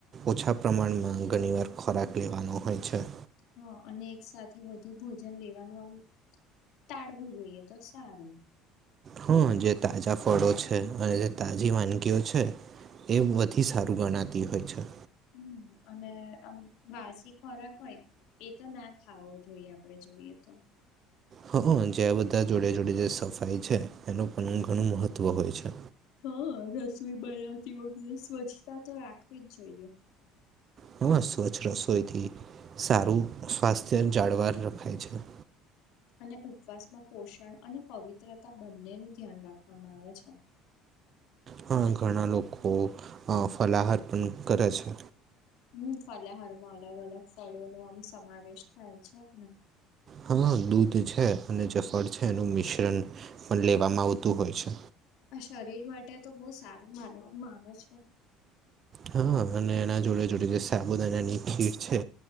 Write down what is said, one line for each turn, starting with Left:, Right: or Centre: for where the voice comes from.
Right: ઓછા પ્રમાણમાં ઘણી વાર ખોરાક લેવાનો હોય છે
Left: હા અને એક સાથે વધુ ભોજન લેવાનું આમ ટાળવું જોઈએ તો સારું
Right: હમ જે તાજા ફળો છે અને જે તાજી વાનગીઓ છે એ વધી સારું ગણાતી હોય છે
Left: હને હમ અને આમ વાસી ખોરાક હોય એ તો ના ખાવો જોઈએ આપડે જોઈએ તો
Right: હ જેં બધા જોડે જોડે જે સફાઈ છે એનું પણ ઘણું મહત્ત્વ હોય છે
Left: હા રસોઈ બનાવતી વખતે સ્વચ્છતા તો રાખવી જ જોઈએ
Right: હા, સ્વચ્છ રસોઈથી સારું સ્વાસ્થ્ય જાળવાર રખાય છે.
Left: અને ઉપવાસમાં પોષણ અને પવિત્રતા બંનેનું ધ્યાન રાખવામાં આવે છે.
Right: હા, ઘણા લોકો અહ ફલાહાર પણ કરે છે.
Left: હમ્મ, ફલહારમાં અલગ અલગ ફળોનો આમ સમાવેશ થાય છે ને
Right: હા, દૂધ છે અને જે ફળ છે એનું મિશ્રણ પણ લેવામાં આવતું હોય છે.
Left: આ શરીર માટે તો બો સારું માનવામાં આવે છે.
Right: હા અને એના જોડે જોડે જે સાબુદાનાની ખીર છે